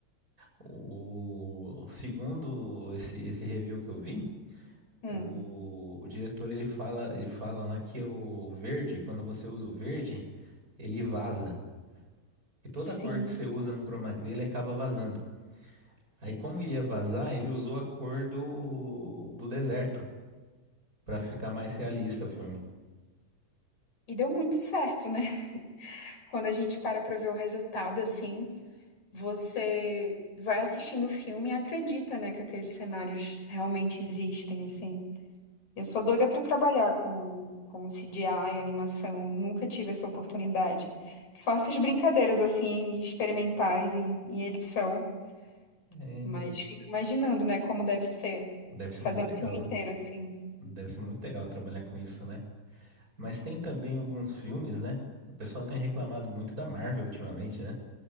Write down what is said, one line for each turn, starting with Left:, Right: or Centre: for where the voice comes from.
Right: O, o segundo esse esse review que eu vi,
Left: Hum,
Right: o, o diretor ele fala, ele fala lá que o verde, quando você usa o verde, ele vaza. E toda
Left: sim.
Right: cor que você usa no chroma key, ele acaba vazando. Aí como iria vazar, ele usou a cor do do deserto pra ficar mais realista o filme.
Left: E deu muito certo, né? Quando a gente para pra ver o resultado, assim, você vai assistindo o filme e acredita, né, que aqueles cenários realmente existem, assim. Eu sou doida pra trabalhar com, com CGI, animação, nunca tive essa oportunidade. Só essas brincadeiras, assim, experimentais em, em edição,
Right: É,
Left: mas fico imaginando, né, como deve ser
Right: deve ser
Left: fazer
Right: muito
Left: um
Right: legal.
Left: filme inteiro, assim.
Right: Deve ser muito legal trabalhar com isso, né? Mas tem também alguns filmes, né? O pessoal tem reclamado muito da Marvel ultimamente, né?